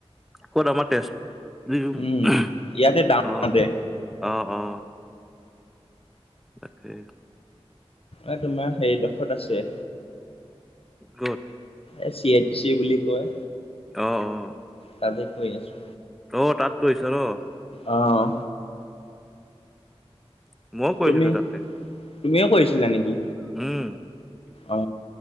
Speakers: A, in the centre; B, on the left.
A: কত আমাৰ তেজ লিও উঁহ,
B: উম ইয়াতে ডাঙৰতে
A: অহ অহ অ। তাকেই।
B: অ তোমাৰ হেৰিডোখত আছে
A: ক'ত
B: এ চি এট চি বুলি কয়
A: অ অ
B: তাতে কৈ আছো
A: অ তাত কৰিছ ন
B: অ অ
A: উম মইও কৰিছিলো
B: তুমি
A: তাতে
B: তুমিও কৈছিলা নেকি
A: উম
B: অ